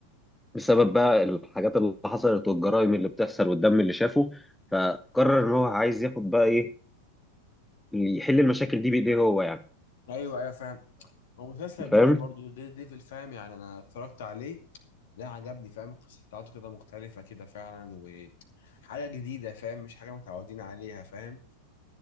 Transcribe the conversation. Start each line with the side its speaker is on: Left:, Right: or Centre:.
Centre: بسبب بقى الحاجات اللي حصلت والجرائم اللي بتحصل والدم اللي شافه فقرر ان هو عايز ياخد بقى ايه يحل المشاكل دي بايديه هو يعني
Left: ايوه ايوه فاهم هو مسلسل
Centre: فاهم
Left: جامد برضو دير ديفل فاهم يعني انا اتفرجت عليه ده عجبني فاهم القصه بتاعته كده مختلفه كده فعلا وحاجه جديده فاهم مش حاجه متعودين عليها فاهم